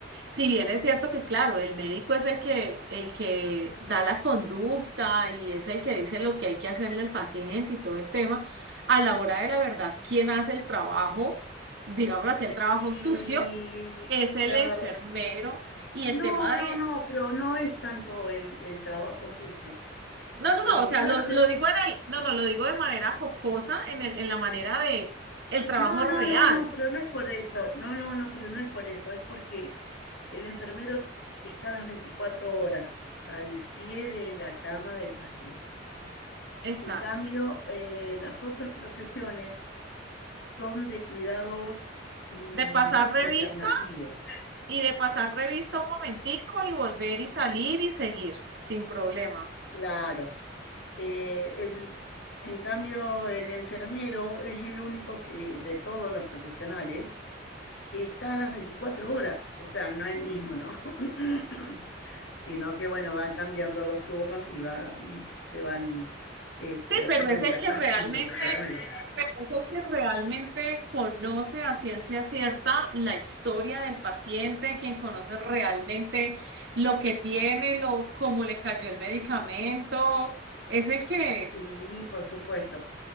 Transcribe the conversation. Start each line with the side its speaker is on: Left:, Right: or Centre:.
Right: si bien es cierto que, claro, el médico es el que, el que da la conducta y es el que dice lo que hay que hacerle al paciente y todo el tema, a la hora de la verdad, quien hace el trabajo, digámoslo así, el trabajo
Left: Y
Right: sucio, es el
Left: claro,
Right: enfermero. Y el
Left: no,
Right: tema
Left: no, no, pero no es tanto el, el trabajo sucio.
Right: No, no,
Left: Eh,
Right: no, o sea,
Left: cada,
Right: lo,
Left: pro-
Right: lo digo en el, no, no, lo digo de manera jocosa, en el, en la manera de el trabajo
Left: No,
Right: real,
Left: no, no, no, pero no es por eso. No, no, no, pero no es por eso. Es porque el enfermero está las 24 horas al pie de la cama del paciente.
Right: exacto,
Left: En cambio, eh, las otras profesiones son de cuidados mm,
Right: de pasar revista
Left: alternativos.
Right: y de pasar revista un momentico y volver y salir y seguir, sin problema.
Left: Claro. Eh, el- en cambio, el enfermero es el único que, de todos los profesionales, que está a las 24 horas, o sea, no el mismo, ¿no? <clears throat> <coughs> Sino que, bueno, van cambiando los turnos y va, se van este,
Right: Sí, pero
Left: reemplazando
Right: es el que realmente,
Left: <laughs> los enfermeros.
Right: pero es el que realmente conoce a ciencia cierta la historia del paciente, quien conoce realmente lo que tiene, lo, cómo le cayó el medicamento, es el que,
Left: Sí, por supuesto.